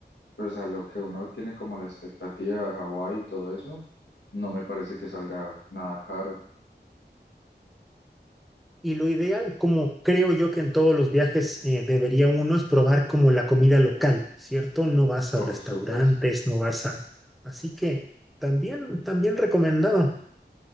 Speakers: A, on the left; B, in the centre.
A: pues, a lo que uno tiene como la expectativa de Hawái y todo eso, no me parece que salga nada caro,
B: Y lo ideal, como creo yo que en todos los viajes eh, debería uno, es probar como la comida local, ¿cierto? No vas
A: por
B: a restaurantes,
A: supuesto.
B: no vas a... Así que también, también recomendado,